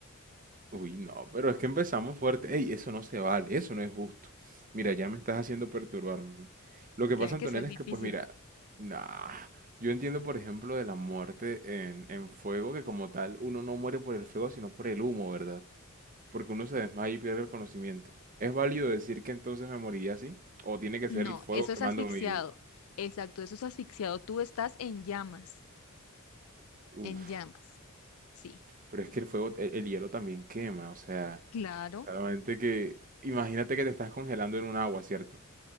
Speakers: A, on the right; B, on the left.
A: Uy, no, pero es que empezamos fuerte. Ey, eso no se vale, eso no es justo. Mira, ya me estás haciendo perturbarme. Lo que
B: Tiene
A: pasa,
B: que
A: Antonella,
B: ser difícil.
A: es que, pues mira, nah, yo entiendo, por ejemplo, de la muerte en, en fuego, que como tal uno no muere por el fuego, sino por el humo, ¿verdad? Porque uno se desmaya y pierde el conocimiento. ¿Es válido decir que entonces me moriría así? ¿O tiene que
B: No,
A: ser el fuego
B: eso
A: quemándome
B: es asfixiado.
A: vivo?
B: Exacto, eso es asfixiado. Tú estás en llamas,
A: Uf,
B: en llamas. Sí,
A: pero es que el fuego, el el hielo también quema, o sea,
B: claro,
A: solamente que, imagínate que te estás congelando en un agua, ¿cierto?